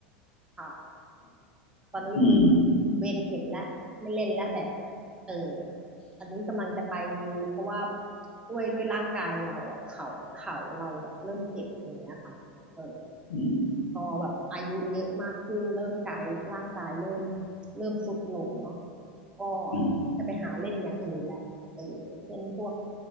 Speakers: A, on the right; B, on the left.
A: ค่ะตอนนี้คือ
B: อืม
A: เวรเข็มละไม่เล่นละแบบเอออันนี้กำลังจะไปเพราะว่าด้วยด้วยร่างกายเราอะเข่าเข่าเราแบบเริ่มเจ็บอย่างเนี้ยค่ะเออ
B: อืม
A: พอแบบอายุเยอะมากขึ้นเริ่มกายร่างกายเริ่มเริ่มทรุดลงเนาะก็
B: อืม
A: จะไปหาเล่นอย่างอื่นแหละเออเช่นพวก